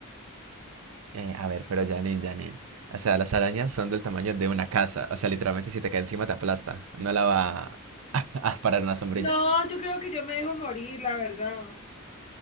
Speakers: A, on the right (about 70°); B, on the left (about 30°).
A: Eh, a ver, pero Janine, Janine. O sea, las arañas son del tamaño de una casa. O sea, literalmente si te cae encima te aplasta. No la va a, <laughs> a parar una sombrilla.
B: No, yo creo que yo me dejo morir, la verdad.